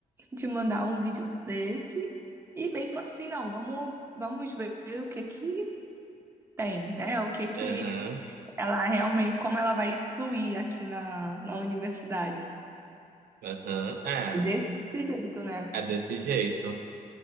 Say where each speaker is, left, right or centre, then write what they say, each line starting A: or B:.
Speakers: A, on the right (about 15°); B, on the right (about 80°).
A: de mandar um vídeo desse? E mesmo assim, não, vamos, vamos ver o que que tem, né? O que que
B: Aham,
A: ela realmente, como ela vai fluir aqui na, na universidade.
B: aham. É,
A: É desse jeito, né?
B: é desse jeito.